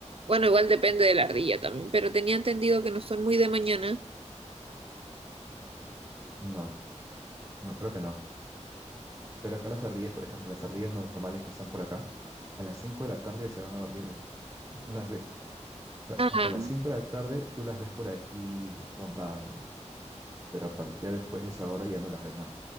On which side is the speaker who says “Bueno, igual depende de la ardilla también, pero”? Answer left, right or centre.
Right